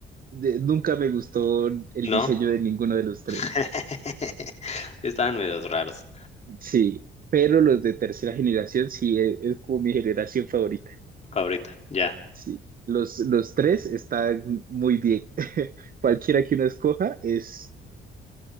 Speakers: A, on the right; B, on the left.
A: de- nunca me gustó el
B: ¿no?
A: diseño de ninguno de los tres.
B: <laughs> Estaban medios raros.
A: Sí, pero los de tercera generación sí e- es, como mi generación favorita.
B: favorita, ya.
A: Sí, los, los tres están muy bien. <laughs> Cualquiera que uno escoja es.